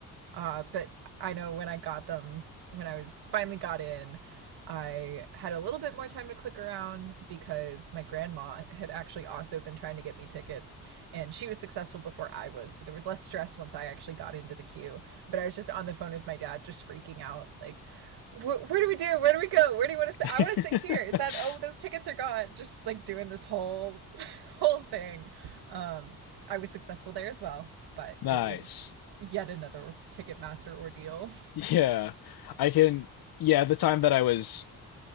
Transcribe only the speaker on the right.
Uh, but I know when I got them, when I was finally got in, I had a little bit more time to click around because my grandma had actually also been trying to get me tickets and she was successful before I was. So there was less stress once I actually got into the queue. But I was just on the phone with my dad, just freaking out like, where do we do? Where do we go? Where do you want to sit?
I want to sit here. Is that, oh, those tickets are gone. Just like doing this whole, <laughs> whole thing. Um, I was successful there as well, but
it was yet another Ticketmaster ordeal.